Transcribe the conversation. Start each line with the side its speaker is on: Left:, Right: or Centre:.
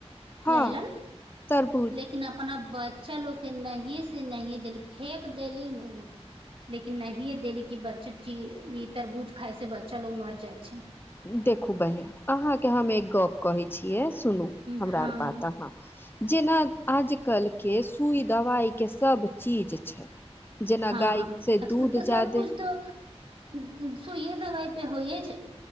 Left: हँ
Right: लैलन
Left: तरबूज
Right: लेकिन अपना ब नहि से नहिह देली फेेक देली ओ लेकिन नहिे देली कि बच्चा ई तरबूज खाय से बच्चा लोग मर जाइ छै
Left: देखू बहिन अहाँ के हम एक गप्प कहै छियै सुनू हमरा
Right: हँ
Left: आर बात अहाँ जेना आजकल के सुई दवाइ के सब चीज छै जेना
Right: हँ
Left: गाय
Right: हँ
Left: से
Right: आजकल
Left: दूध
Right: तऽ
Left: जादे
Right: सब कछु तऽ सुूइए दवाइ पे होइए छै